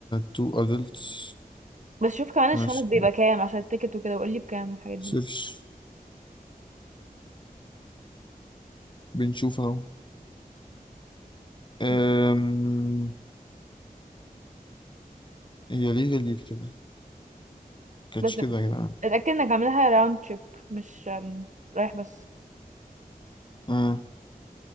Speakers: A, on the left; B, on the right.
A: تو أدلتس
B: بس شوف كمان الشنط
A: ماشي
B: بيبقى كام عشان التيكت وكده وقول لي بكام الحاجات دي
A: سيرش بنشوف اهو أم...
B: مم.
A: هي ليه جديد كده كانتش
B: بس
A: كده يا جدعان
B: اتاكد انك عاملها راوند تريب مش أم، رايح بس
A: أه.